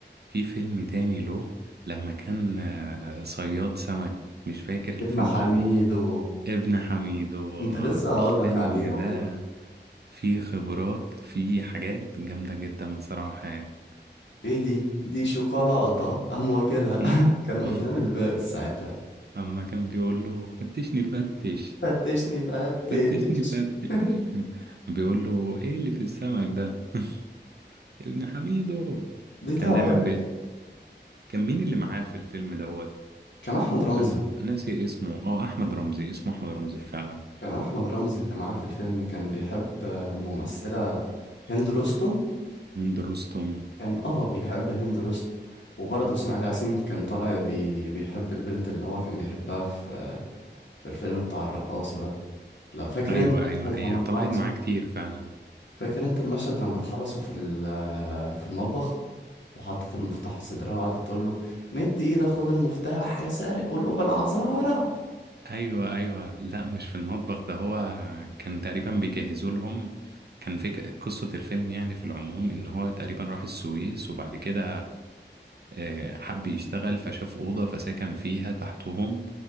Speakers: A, on the right (about 60°); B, on the left (about 80°).
A: في فيلم تاني له لما كان آه، صياد سمك مش فاكر الفيلم
B: ابن حميد
A: ده
B: و...
A: ابن حميد و-
B: كنت لسه هقول
A: الفيلم
B: لك عليه والله
A: ده فيه خبرات فيه حاجات جامدة جدا بصراحة يعني
B: ايه دي دي شوكولاتة قام واكلها
A: مم.
B: <laughs> كان قدام
A: <laughs>
B: الباب ساعتها
A: أما كان بيقول له فتشني فتش
B: فتشني فتش
A: فتشني فتش
B: <laughs>
A: <laughs> بيقول له ايه اللي في السمك ده <laughs> ابن حميدو
B: دي
A: كان
B: توابل
A: دايما بي... كان مين اللي معاه في الفيلم دوت
B: كان احمد رمزي
A: انا ناسي اسمه اه احمد رمزي اسمه احمد رمزي فعلا
B: كان احمد رمزي اللي معاه في الفيلم كان بيحب آه، ممثلة هند رستم
A: درستم
B: كان اه بيحب هند رستم وبرضه اسماعيل ياسين كان طالع بي... بيحب البنت اللي هو كان بيحبها في آه، في الفيلم بتاع الرقاصة ده لا فاكر
A: ايوه
B: انت
A: ايوه
B: المشهد
A: هي
B: لما
A: طلعت
B: اتحبس
A: معاه كتير فعلا
B: فاكر انت المشهد لما اتحبسوا في ال- آه، في المطبخ وحطت المفتاح في صدرها وقعدت تقول له مد ايدك خد المفتاح يا سارق قلوب العذارى
A: ايوه ايوه لا مش في المطبخ ده هو كان تقريبا بيجهزوا لهم كان في قصة الفيلم يعني في العموم ان هو تقريبا راح السويس وبعد كده آه، حب يشتغل فشاف أوضة فسكن فيها تحتهم